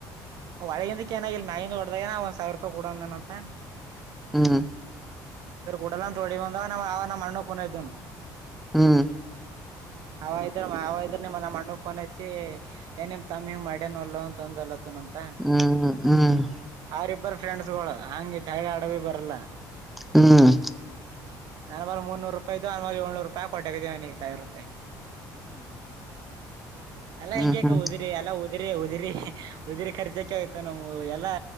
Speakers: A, on the right (about 60°); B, in the centre.
A: ಒಳಗಿಂದಕ್ಕೆ ಏನಾಗಿಲ್ ನಾಯಿಂದ ಹೊಡದ್ದಾಗನ ಒಂದ್ ಸಾವಿರ ರೂಪಾಯಿ ಕೂಡಂದನಂತೆ
B: ಹ್ಮ್
A: ಸರ್ ಕುಡಲ್ಲ ತೋಡಿ ಬಂದ ನ ನಮ್ಮ ಅಣ್ಣ ಕುನ್ದನು
B: ಹ್ಮ್
A: ಅವ ಇದ್ರ ಅವ ಇದ್ರ ನಿಮ್ಮ ನಮ್ಮ ಮಣ್ಣ ಪೋನ್ಚ ಏನ್ ನಿಮ್ ತಮ್ಮಿ ಮಡ್ಯನಲ್ಲ ಅಂತೊಂದಲ್ಲ ಅಂತ
B: ಹ್ಮ್ ಹ್ಮ್ ಹ್ಮ್
A: ಆರಿಫ್ ಬರ ಫ್ರೆಂಡ್ಸ್ಗಳು ಹಂಗೆ ಜಾಗ ಆಡವಿ ಬರಲ್ಲ
B: ಹ್ಮ್
A: ನನ್ ಮಲ್ ಮುರುೂರುಪಾಯ್ದು ಅನ್ ಮಲ್ ಏಳ್ನೂರುಪಾಯಿ ಕೊಟ್ಟೋಗಿದ್ದೀವನ ಸಿರ ರೂಪಾಯಿ ಎಲ್ಲ
B: ಹ್ಮ್
A: ಹಿಂಗಕ
B: ಹ್ಮ್ ಹ್ಮ್
A: ಹೋದ್ರಿ ಎಲ್ಲ ದ ಉದ್ರಿ ಉದಿರಿ ಉದಿ್ರ ಖರ್ಕ್ಕೆೆ ಆಯ್ತು ನಮ ಎಲ್ಲ